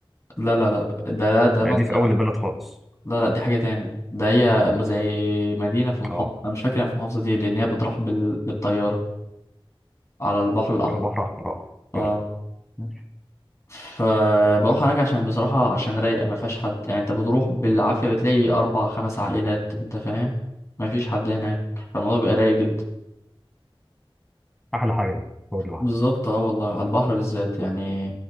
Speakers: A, on the left; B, in the centre.
A: لا لا لا ده ده ده
B: لا
A: منطقة
B: دي في اول البلد خالص
A: لا لا دي حاجة تاني ده هي زي مدينة في محافظة
B: اه
A: أنا مش فاكر هي في محافظة ايه لأن هي بتروح بال... بالطيارة على البحر الأحمر
B: يا بحر احمر اه فعلا
A: اه
B: ماشي.
A: فبروح هناك عشان بصراحة عشان رايقة ما فيهاش حد يعني أنت بتروح بالعافية بتلاقي أربع خمس عائلات أنت فاهم ما فيش حد هناك فالموضوع بيبقى رايق جدا
B: احلى حاجه دي تقعد لوحدك
A: بالظبط اه والله على البحر بالذات يعني